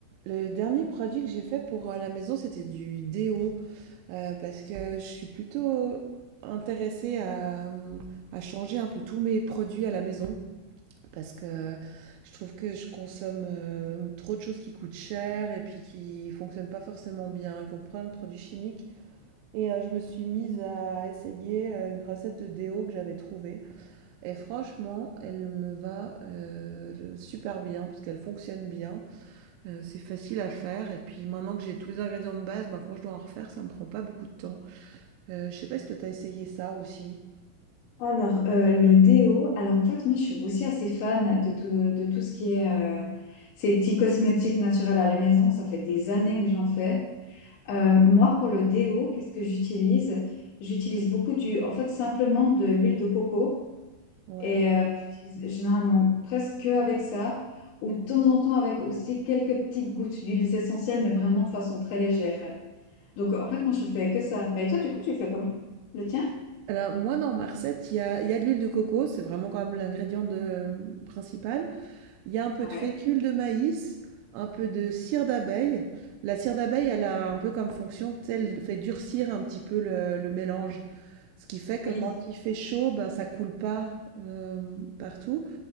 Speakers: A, on the right; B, on the left.
A: Le dernier produit que j'ai fait pour euh, la maison, c'était du déo, euh, parce que je suis plutôt intéressée à, euh, à changer un peu tous mes produits à la maison, parce que je trouve que je consomme euh, trop de choses qui coûtent cher et puis qui fonctionnent pas forcément bien, qui ont plein de produits chimiques. Et euh, je me suis mise à essayer euh, une recette de déo que j'avais trouvée. Et franchement, elle me va euh, super bien, parce qu'elle fonctionne bien. Heu, c'est facile à faire et puis maintenant que j'ai tous les ingrédients de base, ben, quand je dois en refaire, ça me prend pas beaucoup de temps. Heu, je sais pas si toi t'as essayé ça aussi?
B: Alors, euh, le déo, alors en fait, moi, je suis aussi assez fan de tout, de tout ce qui est euh, ces petits cosmétiques naturels à la maison. Ça fait des années que j'en fais. Euh, moi, pour le déo, qu'est-ce que j'utilise? J'utilise beaucoup du, en fait, simplement de l'huile de coco.
A: Ouais.
B: Et euh, j'utilise généralement presque que avec ça, ou de temps en temps avec aussi quelques petites gouttes d'huiles essentielles, mais vraiment de façon très légère. Donc, en fait, moi, je fais que ça. Mais toi, du coup, tu le fais comment? Le tien?
A: Alors moi dans ma recette, il y a il y a de l'huile de coco, c'est vraiment quand même l'ingrédient de mmh, principal. Il y a un peu
B: Ouais.
A: de fécule de maïs, un peu de cire d'abeille. La cire d'abeille, elle a un peu comme fonction, tu sais, elle fait durcir un petit peu le le mélange. Ce qui fait
B: Oui.
A: que quand il fait chaud, ben, ça coule pas, hem, partout.